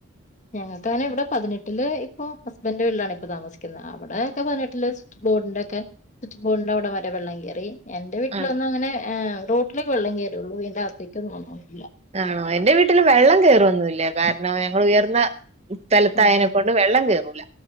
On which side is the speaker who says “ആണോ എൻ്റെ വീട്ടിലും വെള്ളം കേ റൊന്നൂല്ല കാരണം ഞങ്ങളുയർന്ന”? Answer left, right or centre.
Right